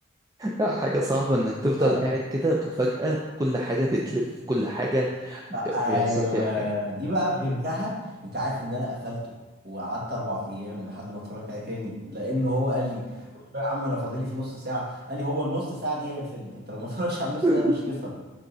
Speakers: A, on the right (about 15°); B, on the right (about 50°).
A: آه، حاجة صعبة انك تفضل
B: لا
A: قاعد كده وفجأة كل حاجة بتلف كل حاجة ب-
B: ايوه
A: بيحصل فيها حاجة
B: دي بقى فهمتها انت عارف ان انا قفلته وقعدت اربع ايام لحد ما اتفرجت عليه تاني لانه هو قال لي قلت له يا عم انا فاضلي فيه نص ساعه قال لي هو النص ساعه دي هي الفيلم انت لو ما <laughs> اتفرجتش على النص
A: <laughs>
B: ساعه دي مش هتفهم